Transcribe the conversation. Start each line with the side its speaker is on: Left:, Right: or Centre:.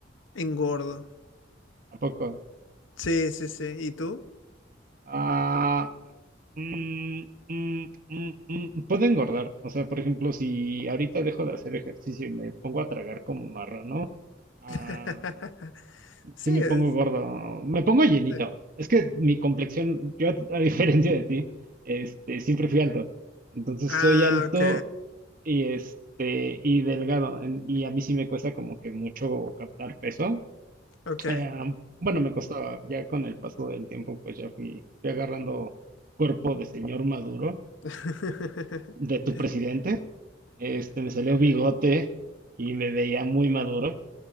Left: engordo.
Right: ¿A poco?
Left: Sí, sí, sí. ¿Y tú?
Right: Ah, mm, mm, mm, mm, puedo engordar. O sea, por ejemplo, si ahorita dejo de hacer ejercicio y me pongo a tragar como marrano, ah,
Left: <laughs> Sí,
Right: sí me
Left: es.
Right: pongo gordo, me pongo llenito.
Left: Sí.
Right: Es que mi complexión, yo a diferencia de ti, este, siempre fui alto. Entonces
Left: Ah,
Right: soy alto
Left: ok,
Right: y este, y delgado. en- Y a mí sí me cuesta como que mucho captar peso.
Left: ok.
Right: Eh, bueno, me costaba, ya con el paso del tiempo, pues ya fui, fui agarrando cuerpo de señor Maduro,
Left: <laughs>
Right: de tu presidente. Este, me salió bigote y me veía muy maduro.